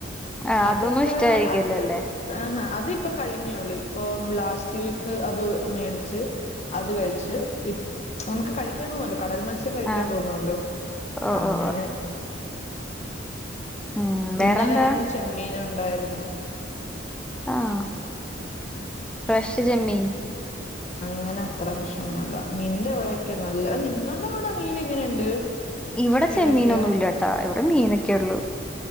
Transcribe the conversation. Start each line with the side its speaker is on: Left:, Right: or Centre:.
Centre: ആഹ്
Left: അതൊക്കെ
Centre: അതൊന്നും ഇഷ്ടായിരിക്കല്ലോ
Left: അത്
Centre: അല്ലേ
Left: ആഹ് അത്പ്പ കഴി കഴിഞ്ഞേയുള്ളൂ ഇപ്പം ലാസ്റ്റ് വീക്ക് അത് മേടിച്ച് അത് കഴിച്ച് നമുക്ക് കഴിക്കാൻ തോന്നുവല്ല കടൽ മത്സ്യം കഴിക്കാൻ
Centre: ആഹ്
Left: തോന്നുവല്ലോ
Centre: ഓ
Left: അങ്ങനെ
Centre: ഓ ഉം വേറെന്താ
Left: ഇന്നലെയും ചെമ്മീൻ ഉണ്ടായിരുന്നു
Centre: ആഹ് ഫ്രഷ് ചെമ്മീൻ
Left: അങ്ങനെ അത്ര ഫ്രഷ് ഒന്നുമല്ല നിന്റെ ഇവിടൊക്കെ നല്ല നിങ്ങൾടെ അവിടെ മീൻ എങ്ങനെയുണ്ട്
Centre: ഇവിടെ ചെമ്മീനൊന്നും
Left: ഏതൊക്കെയാ
Centre: ഇല്ല കേട്ടോ ഇവിടെ മീനൊക്കെയുള്ളു